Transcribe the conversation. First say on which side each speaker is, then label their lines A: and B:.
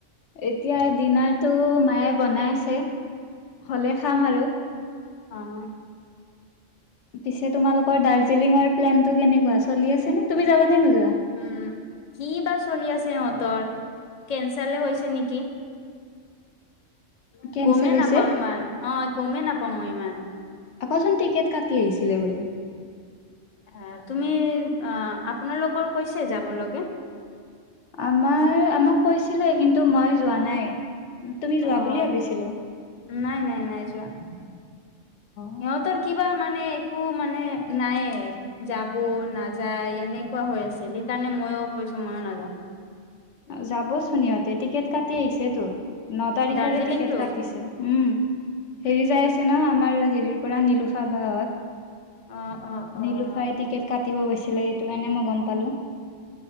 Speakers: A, on the left; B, on the left.
A: এতিয়া ডিনাৰ টো মায়ে বনাই আছে। হ'লে খাম আৰু।
B: অঁ
A: পিছে তোমালোকৰ দাৰ্জিলিঙৰ প্লেনটো কেনেকুৱা চলি আছে নে তুমি যাবা নে নোযোৱা?
B: উম' কি বা চলি আছে সিহঁতৰ কেনচেলে হৈছে নেকি?
A: কেনচেল
B: গমেই
A: হৈছে
B: নাপাওঁ ইমান, অঁ গমেই নাপাওঁ ইমান।
A: আকৌ চোন টিকেট কাটি আহিছিলে বোলে?
B: আঁহ তুমি আপোনালোক'ক কৈছে যাব লৈকে?
A: আমাৰ আমাক কৈছিলে কিন্তু মই যোৱা নাই। তুমি
B: অ',
A: যোৱা বুলিয়ে ভাবিছিলো।
B: নাই নাই নাই যোৱা
A: অ
B: সিহতৰ কি- কিবা মানে একো মানে নাই যাব, নাযায় এনেকুৱা হৈ আছে। সেইকাৰণে- মানে মইও কৈছো মই নাযাওঁ।
A: যাবচোন সিহঁতে টিকেট কাটি আহিছে তো। ন তাৰিখৰে
B: দাৰ্জিলিংটো
A: টিকেট কাটিছে । উম' হেৰি যাই আছে নহয় আমাৰ হেৰিৰ পৰা নিলোফা বা'হত।
B: অ', অ', অ',
A: নিলোফাই টিকেট কাটিব গৈছিলে। সেইটো কাৰণে মই গম পালো।